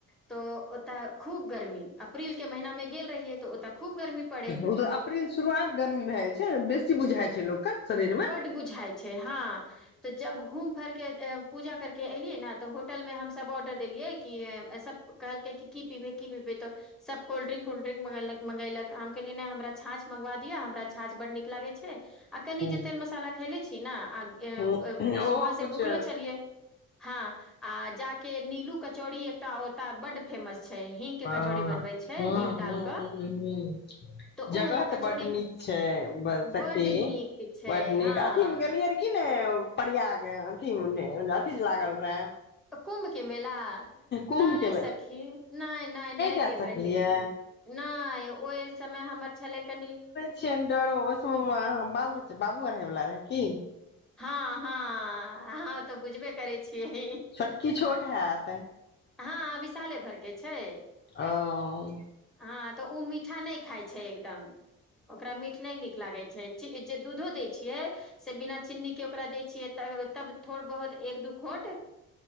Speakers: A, in the centre; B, on the left.
A: तऽ ओतऽ खूब गर्मी अप्रील के महिीना मे गेल रहियै तऽ ओत खूब गर्मी पड़े
B: ओ तऽ अप्रील शुरुआत गर्मी भए जाइ छै बेसी बुझाइ छै लोकके शरीरमे
A: बड्ड बुझाइ हँ तऽ जब घूम फिरके पूजा करके एलियै ने तऽ होटल मे हम सब ऑर्डर देलियै कि सब कहलकै कि की पीबेै की पीबे तऽ सब कोल्ड्रिंक कल्ड्रिकंग मंगगे लक आम के लि हमरा छांछ मंगा दिय हमरा छांछ बड नीक लागे छै आ कनि
B: हूँ
A: जे तेल मसाला खेले छी ने आ अ
B: ओहो
A: सुबह से
B: कुछ
A: भुखलो छलियै हँ आ जाक नीलू कचौड़ी एकटा ओता बड फेमस छै हींग के
B: ह हँ
A: कचौड़ी बनबै छै
B: हँ
A: हींग डाल
B: हँ
A: कऽ
B: हँ
A: तऽ
B: जगह
A: ओ वाला
B: तऽ
A: कचौड़ी
B: बड़ नीक छै ब सखी
A: बड्ड नीक छै
B: बड नीक
A: हँ
B: अथी में गेलियै कि ने प्रयाग अथी अथी लागल रहे
A: कुम्भ के मेला नहि
B: कुम्भ के बेर
A: सखी नहि नहि नहि
B: जा
A: गेल
B: सकलियै
A: रहियै नहि ओहि समय हमर छलै कनी
B: छिय डरो ओहि सम मे बाल बच्चा बाबू आ होए वाला रहै की
A: हाँ हाँ अहाँ ओ तऽ बुझबे करै छियै
B: छोटकी छोट हेत
A: हँ विशाले भर के छै
B: ओ
A: ह तऽ ओ मि ख छै ओरा मठ न ल जे दुधो दै छियै से बिना चीन्नी के ओकरा दै छियै तब थोड़ बहुत एक दू खोट